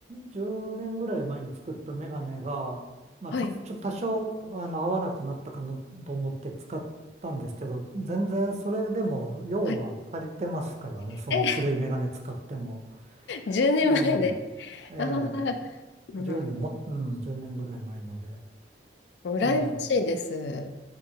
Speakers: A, on the right; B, on the left.
A: 10年ぐらい前に作ったメガネが、まあ、
B: はい。
A: ちょっと多少、あの、合わなくなったかなと思って使ったんですけど、全然それでも用は足りてますからね、
B: はい。<laughs>
A: その古いメガネ使っても。
B: え、10年前で。
A: ええ、ええ、
B: ああ、うん。
A: 10年も、うん、10年ぐらい前ので。
B: 羨ましいです。
A: ええ